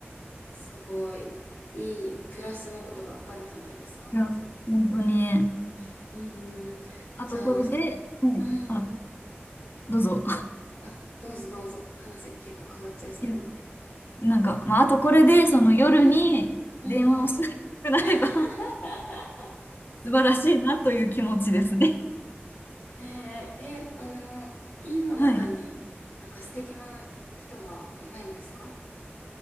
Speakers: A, on the left; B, on the left.
A: すごい、いい、プラスのことばっかりじゃないですか。
B: いや、
A: せうん、
B: 本当に。
A: うん、うん。
B: あと、
A: じゃあ、
B: これで、
A: さ、
B: はい。
A: うん。
B: あ、どうぞ。
A: あ、どうぞどうぞ。話が結構変わっちゃいそうなので。
B: いやなんか、まあ、あとこれで、
A: うん。
B: その夜に電話をしなくなれば
A: うん。うんうん。<laughs>
B: <laughs> 素晴らしいなという気持ちですね。
A: えー、え、あの、院の中になんか素敵な人はいないんですか
B: はい。